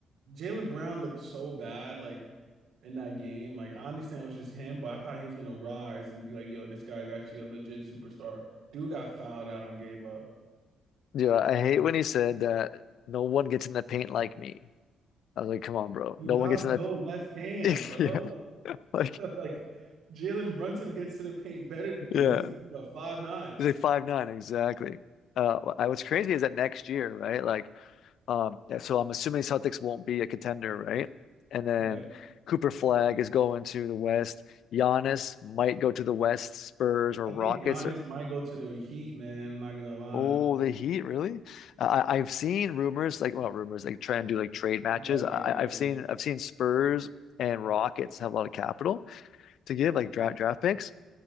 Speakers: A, on the right; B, on the left.
A: Jalen Brown looked so bad, like in that game. Like I understand it was just him, but I thought he was gonna rise and be like, "Yo, this guy's actually a legit superstar." Dude got fouled out and gave up.
B: Yeah, I hate when he said that no one gets in the paint like me. I was like, come on, bro.
A: You
B: No
A: have
B: one gets in
A: no
B: that
A: left hand,
B: <laughs>
A: bro.
B: yeah. Like,
A: Like, <laughs> like Jalen Brunson gets to the paint better than
B: yeah.
A: you, and he's like what, five nine.
B: He's like five nine, exactly. Uh, I, what's crazy is that next year, right? Like, um, yeah, so I'm assuming Celtics won't be a contender, right? And then
A: Yeah,
B: Cooper Flag is going to the West. Giannis might go to the West, Spurs or
A: I
B: Rockets
A: think Giannis
B: or
A: might go to the Heat, man. I'm not gonna lie.
B: oh, the Heat, really? I, I- I've seen rumors like well, rumors like try and do like trade matches.
A: Yeah, yeah,
B: I,
A: yeah,
B: I've
A: yeah.
B: seen I've seen Spurs and Rockets have a lot of capital to give, like draft draft picks.